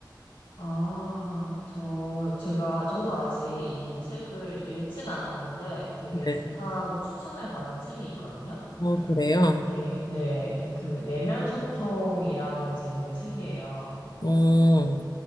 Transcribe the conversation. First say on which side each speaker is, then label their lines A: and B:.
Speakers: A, on the left; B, on the left.
A: 아, 저, 제가, 저도 아직 이 책을 읽진 않았는데 되게
B: 네.
A: 좋다고 추천을 받은 책이 있거든요.
B: 어, 그래요?
A: 이게, 네, 그, 내면 소통이라는 제목의 책이에요.
B: 어,